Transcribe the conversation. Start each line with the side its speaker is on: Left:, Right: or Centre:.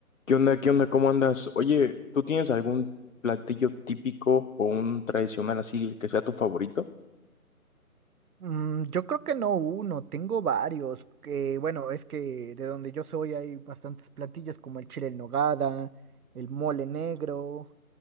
Left: ¿Qué onda? ¿Qué onda? ¿Cómo andas? Oye, ¿tú tienes algún platillo típico o un tradicional así el que sea tu favorito?
Right: Mm, yo creo que no uno, tengo varios, que bueno, es que de donde yo soy hay bastantes platillos como el chile en nogada, el mole negro